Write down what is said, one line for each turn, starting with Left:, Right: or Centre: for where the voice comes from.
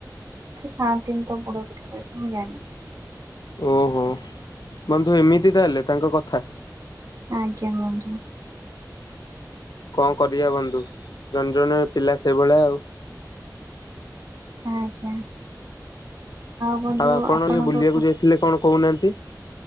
Right: ସେ ଖାନ୍ତି ତ ବୁଡ଼ ପଠିବାିଲ ମୁଁ ଜିନ
Left: ଓହୋ ବନ୍ଧୁ ଏମିତି ହେଲେ ତାଙ୍କ କଥା
Right: ଆଜ୍ଞା ବନ୍ଧୁ
Left: କଣ କରିବା ବନ୍ଧୁ ଜଣେ ଜଣେ ପିଲା ସେଇଭଳିଆ ଆଉ
Right: ଆଜ୍ଞା ବନ୍ଧୁ
Left: ଆଉ ଆପଣ
Right: ଆପଣଙ୍କ
Left: ଇଏ ବୁଲିବାକୁ ଯାଇଥିଲେ କଣ କହୁନାହାନ୍ତି